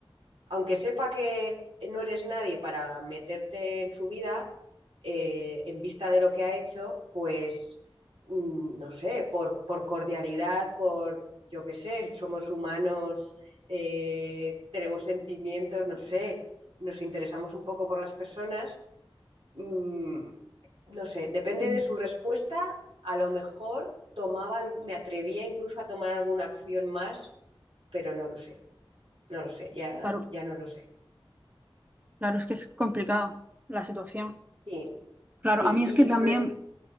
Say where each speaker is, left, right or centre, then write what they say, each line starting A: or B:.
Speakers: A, on the right; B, on the right.
A: aunque sepa que no eres nadie para meterte en su vida, eh, en vista de lo que ha hecho, pues mm, no sé, por, por cordialidad, por yo qué sé, somos humanos, eh, tenemos sentimientos, no sé, nos interesamos un poco por las personas, mm, no sé, depende
B: sí,
A: de su respuesta, a lo mejor tomaba, alg- me atrevía incluso a tomar alguna acción más, pero no lo sé, no lo sé, ya,
B: claro,
A: ya no lo sé.
B: Claro, es que es complicado. la situación.
A: Sí,
B: Claro,
A: sí,
B: a mí
A: y
B: es que Sí,
A: sobre,
B: también,